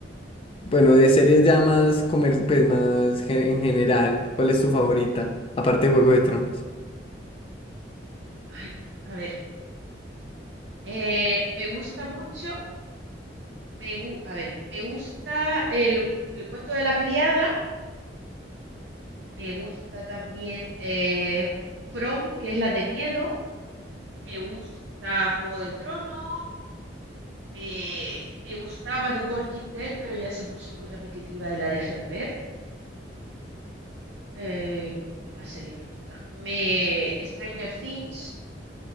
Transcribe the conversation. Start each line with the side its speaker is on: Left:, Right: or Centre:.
Left: Bueno, de series ya más, comer... pues más ge- en general, ¿cuál es tu favorita? Aparte de Juego de Tronos.
Right: Ay, a ver. eh, me gusta mucho, me gu- a ver, me gusta el, el cuento de la criada, me gusta también eh, From, que es la de miedo, me gusta Juego de Tronos, me, me gustaba The Walking Dead, pero ya se puso muy repetitiva y la dejé de ver. Eh, ¿cómo- ¿qué más serie me gusta? Me, Stranger Things.